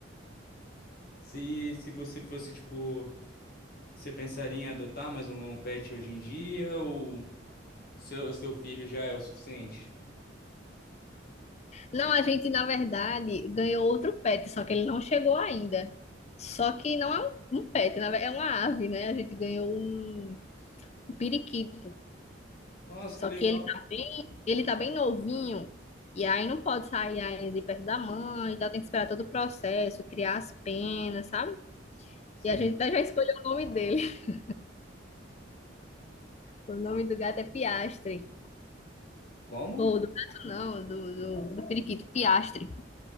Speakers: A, on the left (about 50°); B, on the left (about 35°).
A: Se, se você fosse, tipo, você pensaria em adotar mais um um pet hoje em dia ou... Seu, seu filho já é o suficiente?
B: Não, a gente na verdade ganhou outro pet, só que ele não chegou ainda. Só que não é um um pet, na verdade, é uma ave, né? A gente ganhou um um periquito.
A: Nossa,
B: Só
A: que legal.
B: que ele tá bem, ele tá bem novinho. E aí não pode sair ainda de perto da mãe, então tem que esperar todo o processo, criar as penas, sabe?
A: Sim.
B: E a gente até já escolheu o nome dele. <laughs> O nome do gato é Piastre.
A: Como?
B: Ou do gato não, do, do, do periquito, Piastre.